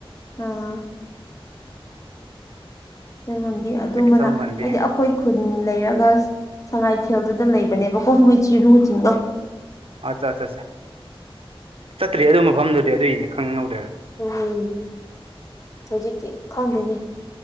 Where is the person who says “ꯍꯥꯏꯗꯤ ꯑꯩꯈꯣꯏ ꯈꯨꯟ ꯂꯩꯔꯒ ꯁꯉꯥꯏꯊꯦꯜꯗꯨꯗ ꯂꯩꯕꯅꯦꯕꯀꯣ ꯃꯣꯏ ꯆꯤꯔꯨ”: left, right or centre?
Left